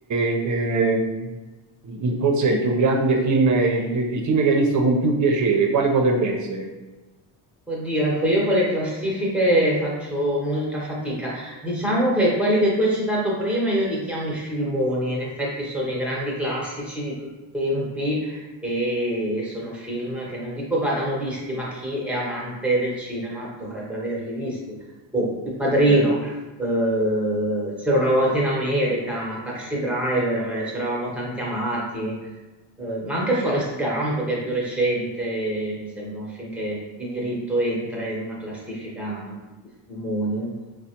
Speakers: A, on the right (about 40°); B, in the centre.
A: eh, il- forse il più grande film, il, il film che hai visto con più piacere, quale potrebbe essere?
B: Oddio, ecco, io con le classifiche faccio molta fatica. Diciamo che quelli che tu hai citato prima io li chiamo i filmoni, in effetti sono i grandi classici di tutti i tempi e sono film che non dico vadano visti, ma chi è amante del cinema dovrebbe averli visti. Boh, Il Padrino,
A: Eh,
B: eh, c'era una volta in America, Taxi Driver, eh, c'eravamo tanti amati. Eh, ma anche Forrest Gump, che è più recente, mi sembra un film che di diritto entra in una classifica di, di filmoni.